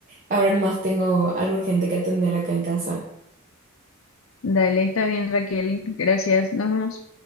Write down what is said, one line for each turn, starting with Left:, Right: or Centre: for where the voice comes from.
Right: Ahora nomás tengo algo urgente que atender acá en casa.
Left: dale, está bien, Raquel. Gracias. Nos vemos.